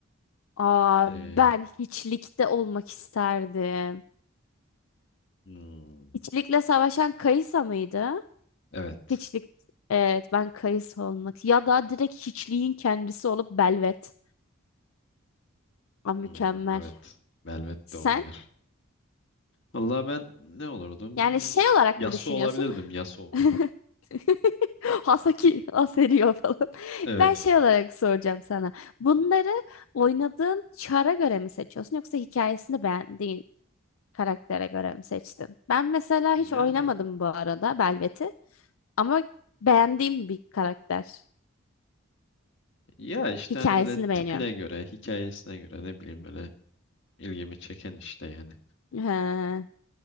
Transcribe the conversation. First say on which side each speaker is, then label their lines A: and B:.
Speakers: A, on the left (about 80°); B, on the left (about 60°).
A: Aa
B: Ee,
A: ben hiçlikte olmak isterdim.
B: hmm.
A: Hiçlikle savaşan Kayısa mıydı?
B: Evet.
A: Hiçlik. Evet ben Kayısa olmak. Ya da direkt hiçliğin kendisi olup Belvet. Aa, mükemmel.
B: Hmm, Evet. Velvet
A: Sen
B: de olabilir. Vallahi ben ne olurdum?
A: yani şey olarak
B: Yasuo
A: mı düşünüyorsun?
B: olabilirdim. Yasuo.
A: <laughs> <laughs> Hasaki, Aseriyo falan.
B: Evet.
A: Ben şey olarak soracağım sana. Bunları oynadığın çara göre mi seçiyorsun yoksa hikayesini beğendiğin karaktere göre mi seçtin? Ben mesela
B: Yani
A: hiç oynamadım bu arada Belvet'i ama beğendiğim bir karakter.
B: ya işte
A: Hikayesini
B: hani böyle tipine
A: beğeniyorum.
B: göre, hikayesine göre ne bileyim böyle ilgimi çeken işte yani.
A: He.